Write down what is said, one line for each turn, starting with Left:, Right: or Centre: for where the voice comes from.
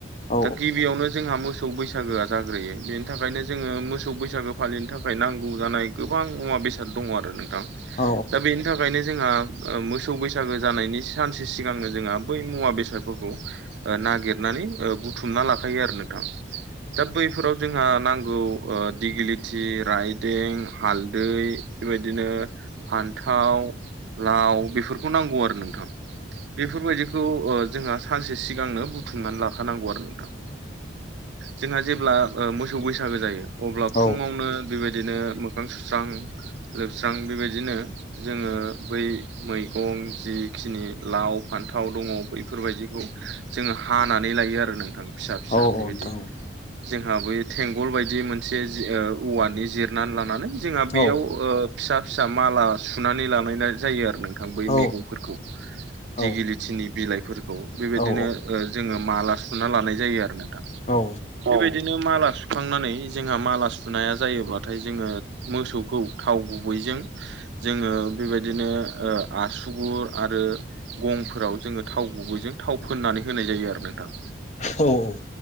Left: औ
Right: दा गिबियावनो जोंहा मो सौ बैसागोआ जाग्रोयो बेनि थाखायनो जोङो मोसौ बैसागो फालिनो थाखाय नांगौ जानाय गोबां मुवा बेसाद दङ आरो नोंथां।
Left: औ
Right: दा बेनि थाखायनो जोंहा ओ मोसौ बैसागो जानायनि सानसे सिगांनो जोंहा बै मुवा बेसादफोरखौ ओ नागिरनानै ओ बुथुमना लाखायो आरो नोंथां। दा बैफोराव जोंहा नांगौ ओ दिगिलिटि राइदों हाल दै बेबायदिनो फान्थाव लाव बेफोर खौ नांगौ आरो नोंथां। बेफोरबायदि खौ ओ जोंहा सानसे सिगांनो बुथुमनानै लाखानांगौ आरो नोंथां। जोंहा जेब्ला मोसौ बैसागो जायो अब्ला
Left: औ
Right: फुङावनो। बेबायदिनो मोखां सुस्रां लोबस्रां बेबायदिनो जोङो बै। मैगं जिखिनि लाव फान्थाव दङ बैफोरबायदिखौ। जोङो हानानै लायो आरो नोंथां फिसा फिसा
Left: औ
Right: बेबायदि।
Left: नोंथां
Right: जोंहा बै थेंगल बायदि मोनसे औवानि जिरनानै लानानै जोंहा
Left: औ
Right: बेयाव। फिसा फिसा माला सुनानै लानाय जायो आरो नों। थां बै
Left: औ
Right: मैगंफोरखौ
Left: औ
Right: दिगिलिटिनि बिलाइफोरखौ बेबायदिनो।
Left: औ
Right: जोङो माला सुना लानाय जायो आरो नोंथां।
Left: औ।
Right: बेबायदिनो माला सुखांनानै जोंहा माला सुनाया जायोब्लाथाय जोङो। मोसौखौ थाव गुबैजों। जोङो बेबायदिनो आसुगुर आरो। गंफोराव जोङो थाव गुबैजों थाव फोननानै होनाय जायो आरो नोंथां।
Left: औ।